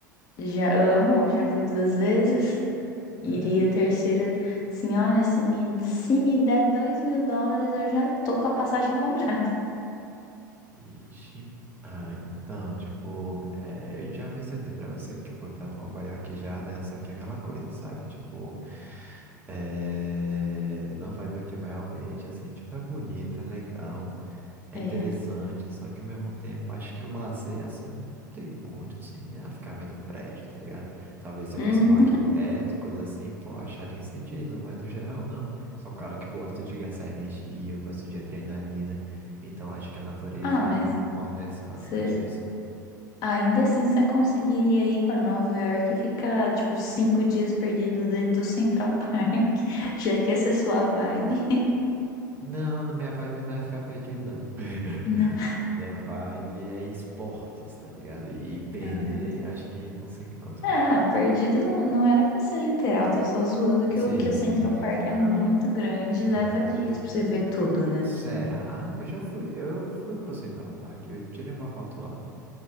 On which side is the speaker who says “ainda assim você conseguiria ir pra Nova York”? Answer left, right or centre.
Left